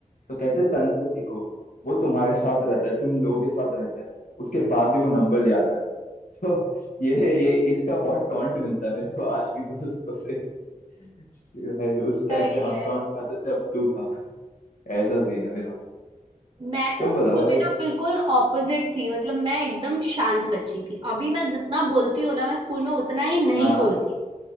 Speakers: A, on the left; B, on the right.
A: तो कहते तने से सीखो वो तुम्हारे साथ रहता है तुम लोगों के साथ रहता है उसके बाद भी वो नंबर ले आता है <laughs> तो ये ये इसका बहुत टॉन्ट मिलता है मेरे को आज भी दोस्तों से कि भाई उस टाइम
B: सही
A: पे हम
B: है
A: टॉन्ट खाते थे अब तू खा ऐसा सीन है मेरा
B: मैं तो
A: तुम
B: स्कूल
A: बताओ लाइक
B: में ना बिल्कुल ऑपोजिट थी मतलब मैं एकदम शांत बच्ची थी अभी मैं जितना बोलती हूँ ना मैं स्कूल में उतना ही नहीं
A: हाँ हाँ
B: बोलती